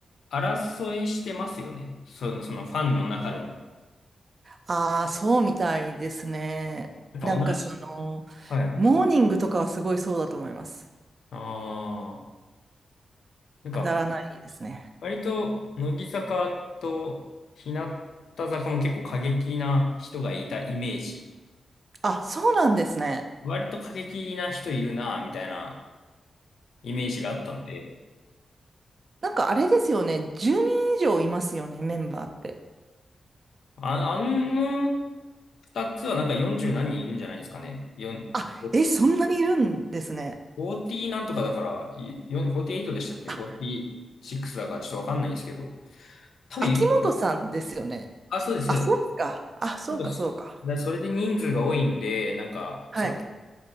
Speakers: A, on the left (about 80°); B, on the right (about 55°).
A: 争いしてますよね。その、そのファンの中でも。
B: ああ、そうみたいですね。
A: なんか同じ。
B: なんかその、
A: はい。
B: モーニングとかはすごいそうだと思います。
A: ああ、なんか、
B: くだらないですね。
A: 割と、乃木坂と日向坂も結構過激な人がいたイメージ。
B: あ、そうなんですね。
A: 割と過激な人いるな、みたいなイメージがあったんで、
B: なんかあれですよね。10人以上いますよね、メンバーって。
A: あ、あの二つはなんか40何人いるんじゃないですかね。4、
B: あ、
A: ごフ
B: え、そんなにいるんですね。
A: ォーティ0なんとかだから、いよん48でしたっけ
B: あ、
A: ?46 だからちょっとわかんないんですけど、多分いる。
B: 秋元さんですよね。
A: あ、そうです、そうです。
B: あ、そうか。あ、そうか、
A: 多分
B: そうか。
A: だそれで人数が多いんで、なんか、
B: はい。
A: その、